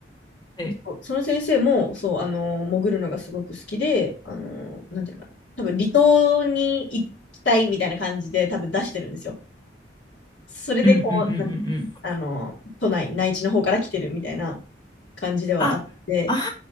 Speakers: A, on the left; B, on the left.
A: はい
B: そうその先生も、そう、あの、潜るのがすごく好きで、あの、なんていうのかな、多分離島に行きたいみたいな感じで多分出してるんですよ。それでこう、
A: うんうんうんうん
B: なんていうのあの、
A: うん。
B: 都内、内地の方から来てるみたいな感じではあって、
A: あ、あ